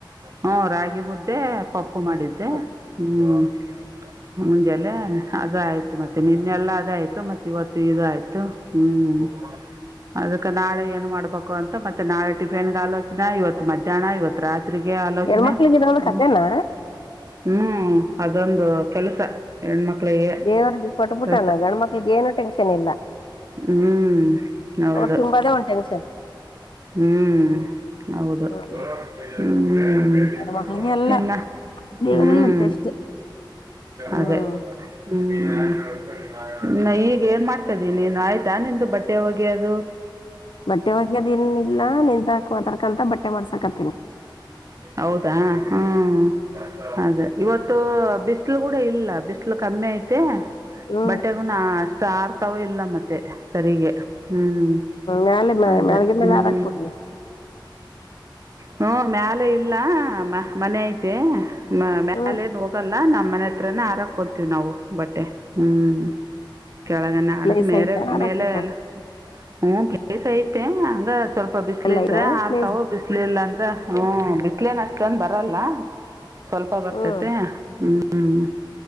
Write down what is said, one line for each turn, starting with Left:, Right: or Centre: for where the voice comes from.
Right: ಹ್ಮ ರಾಗಿ ಮುದ್ದೆ ಪಪ್ಪು ಮಾಡಿದ್ದೆ
Left: ಹ್ಮ್
Right: ಹ್ಮ್ ಮುಂಜಲೆೆ ಅದ ಆಯ್ತು ಮತ್ತೆ ನಿನ್ನೆಲ್ಲ ಅದ ಆಯ್ತು ಮತ್ತೆ ಇವತ್ತು ಇ ಆಯ್ತು ಹ್ಮ್ ಅದಕ್ಕೆ ನಾಳೆ ಏನ್ ಮಾಡ್ಬೇಕು ಅಂತ ಮತ್ತೆ ನಾಳೆ ಟಿಫಿನ್ ಆಲೋಚನೆ ಇವತ್ತು ಮಧ್ಯಾಹ್ನ ಇವತ್ ರಾತ್ರಿಗೆ ಆಲೋಚನೆ
Left: ಹೆಣ್ಮಕ್ಳಿಗೆ ಇದೊಂದು
Right: ಹ್ಮ
Left: ಕತೆನಾ
Right: ಹ್ಮ್ ಅದೊಂದು ಕೆಲಸ ಹೆಣ್ಮಕ್ಳಿಗೆ
Left: ದೇವ್ರಿಗೆ ಕೊಟ್ಬಿಟ್ಟಣ
Right: ಕೆಲಸ
Left: ಗಂಡ ಮಕ್ಳಗ ಏನು ಟೆನ್ಷನ್ ಇಲ್ಲ
Right: ಹ್ಮ್ ಹೌದಾ
Left: ಅವ್ರು ತಿಂಬದೇ ಒಂದ್ ಟೆನ್ಷನ್
Right: ಹ್ಮ್ ಹೌದು
Left: ಹ್ಮ್
Right: ಹ್ಮ
Left: ಹೆಣ್ ಮಕ್ಳಿಗೆ ಎಲ್ಲ
Right: ಇನ್ನ
Left: ದೇವ್ರಲ್ಲ
Right: ಹ್ಮ್
Left: ಟೆಸ್ಟ್ ಹ್ಮ್
Right: ಅದೇ ಹ್ಮ್ ಈಗ ಏನ್ ಮಾಡ್ತೇನೆ ನೀನ್ನೇನು ಆಯ್ತಾ ನಿಂದು ಬಟ್ಟೆ ಹೋಗಿ ಅದು
Left: ಬಟ್ಟೆ ಒಗ್ಯದ ಇನ್ ಇಲ್ಲಾ ನಿಂತಾಕ್ ಮಾತಾಡ್ಕಂತ ಬಟ್ಟೆ ಮಾಡ್ಸಕತನಿ
Right: ಹೌದಾ ಹ್ಮ ಅದೇ ಇವತ್ತು ಬಿಸಿಲು ಕೂಡ ಇಲ್ಲ ಬಿಸಲು ಕಮ್ಮಿ ಐತೆ
Left: ಹ್ಮ್
Right: ಬಟ್ಟೆಗುನು ಅಷ್ಟ ಷ್ಟ ಹಾರ್ತಾವೋ ಇಲ್ಲ ಮತ್ತೆ ಸರಿಗೆ ಹ್ಮ್
Left: ಮ್ಯಾಲೆ
Right: ಅದೇ
Left: ಮ್ಯಾಳ್ಗಿ ಮೇಲೆ
Right: ಹ್ಮ್
Left: ಹಾರಾಕ್ಬಿಡ್ರಿ
Right: ಹ್ಮ ಮ್ಯಾಲ ಇಲ್ಲ ಮನೆ ಐತೆ ಮ್ಯಾಲೇನ್
Left: ಹ್ಮ್
Right: ಹೋಗಲ್ಲ ನಮ್ಮ ಮನೆ ಹತ್ರನೇ ಆರಾಕೋತೀವಿ ನಾವು ಬಟ್ಟೆ ಬಟ್ಟೆ ಹ್ಮ್ ಕೆಳಗನೆ ಹಾಡಕ್
Left: ಪ್ಲೇಸ್
Right: ಮೇಲೆ
Left: ಐತಾ ಹಾರಾಕಕ್ಕ
Right: ಮೇಲೆ ಎಲ್ಲ ಹ್ಮ ಪ್ಲೇಸ್ ಐತೆ ಅಂದ್ರೆ ಸ್ವಲ್ಪ ಬಿಸಲು
Left: ಎಲ್ಲ
Right: ಇದ್ರೆ
Left: ಐತಾ
Right: ಹಾರ್ತಾವ್
Left: ಪ್ಲೇಸ್
Right: ಬಿಸ್ಲ ಇಲ್ಲಾಂದ್ರ ಹ್ಮ ಬಿಸಲೇನು ಅಷ್ಟೇನು ಬರಲ್ಲ ಸ್ವಲ್ಪ ಬರ್ತೇತೆ
Left: ಹ್ಮ್
Right: ಹ್ಮ್ ಹ್ಮ್